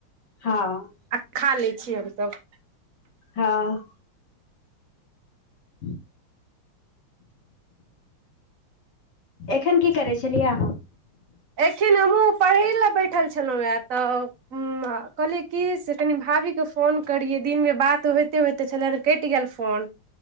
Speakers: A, on the left; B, on the right.
A: हँ
B: आ खा लै छी हमसब
A: हँ <inaudible> एखन की करै छलियै अहाँ
B: एखन हमहुँ पढ़ै लए बैठल छलहुँ हए तऽ ह कहलियै कि से कनि भाभीके फोन करियै दिनमे बात होइते होइते छलनि केटी एल फोन